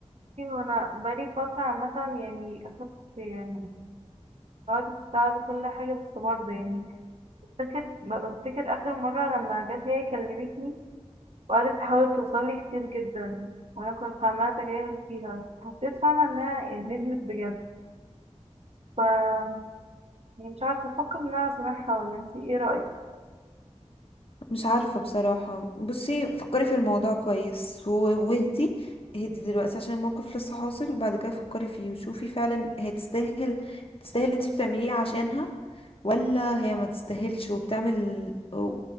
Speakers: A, on the right; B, on the left.
A: بصي، هو انا بقالي فترة عامة يعني اخدت يعني قعدت تساعد كل حاجة بس برضه يعني فاكر بفتكر اخر مرة لما جت هي كلمتني وقعدت تحاول توصلي كتير جدا وانا كنت فاهمة اتجاهل فيها حسيت فاهمة انها ندمت بجد ف يعني مش عارفة افكر ان انا اسامحها ولا انتي ايه رأيك؟
B: مش عارفة بصراحة بصي فكري في الموضوع كويس و- واهدي اهدي دلوقتي عشان الموقف لسه حاصل وبعد كده فكري فيه وشوفي فعلا هي تستاهل تستاهل انت بتعمليه عشانها ولا هي ما تستاهلش وبتعمل و-